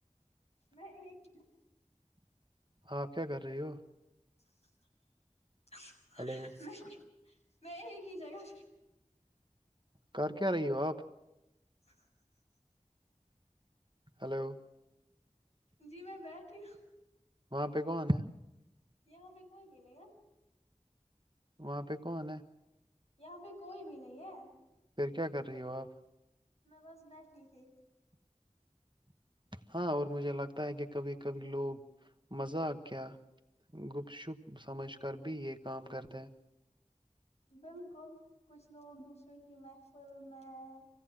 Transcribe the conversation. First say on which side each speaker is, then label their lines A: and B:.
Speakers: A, on the left (about 55°); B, on the right (about 40°).
A: میں ایک
B: آ آپ کیا کر رہی ہو
A: <inaudible>
B: ہلو
A: میں میں کی جگہ
B: کر کیا رہی ہو آپ
A: <inaudible>
B: ہلو
A: جی میں بیٹھی ہوں
B: وہاں پہ کون ہے
A: یہاں بھی کوئی بھی نہیں ہے
B: وہاں پہ کون ہے
A: یہاں پہ کوئی بھی نہیں ہے
B: پھر کیا کر رہی ہو آپ
A: میں بس بیٹھی تھی
B: ہاں اور مجھے لگتا ہے کہ کبھی کبھی لوگ مزہ کیا گپ شپ سمجھ کر بھی یہ کام کرتے ہیں
A: بالکل کچھ لوگ دوسروں کی محفل میں